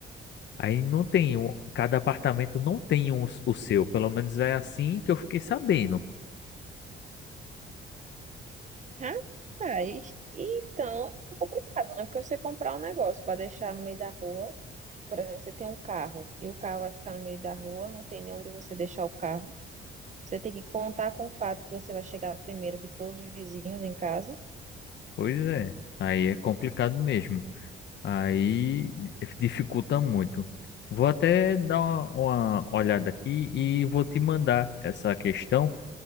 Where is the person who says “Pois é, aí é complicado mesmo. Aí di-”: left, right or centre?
Left